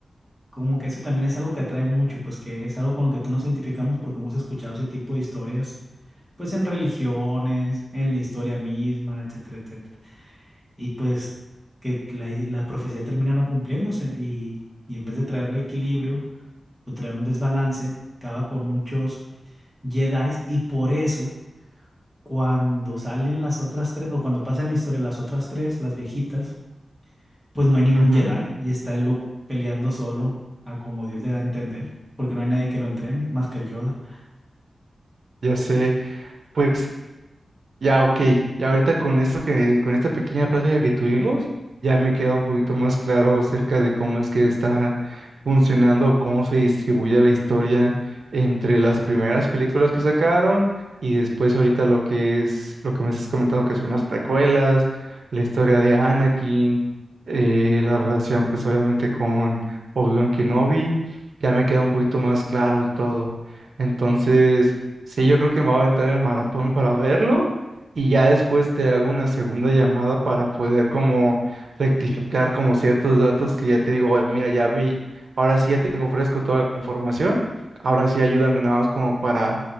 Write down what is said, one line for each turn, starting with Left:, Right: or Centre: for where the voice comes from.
Centre: Como que eso también es algo que atrae mucho, pues que es algo con lo que todos nos identificamos porque hemos escuchado ese tipo de historias pues en religiones, en la historia misma, etcétera, etcétera. Y pues que la, la profecía termina no cumpliéndose y, y en vez de traerle equilibrio o traer un desbalance, acaba con muchos Jedi y por eso cuando salen las otras tres o cuando pasan la historia las otras tres, las viejitas, pues no hay ningún
Right: ujú,
Centre: Jedi y está el Luke peleando solo a como Dios le da a entender. Porque no hay nadie que lo entrene, más que el Yoda.
Right: Ya sé. Pues Ya, ok. Ya ahorita con esto que, con esta pequeña práctica que tuvimos, ya me queda un poquito más claro acerca de cómo es que están funcionando, cómo se distribuye la historia entre las primeras películas que sacaron y después ahorita lo que es, lo que me estás comentando que son las precuelas, la historia de Anakin, eh, la relación pues obviamente con Obi-Wan Kenobi, ya me queda un poquito más claro y todo. Entonces, sí, yo creo que me voy a aventar el maratón para verlo y ya después te hago una segunda llamada para poder como rectificar como ciertos datos que ya te digo, oye, mira, ya mi, ahora sí ya tengo fresco toda la información, ahora sí ayúdame nada más como para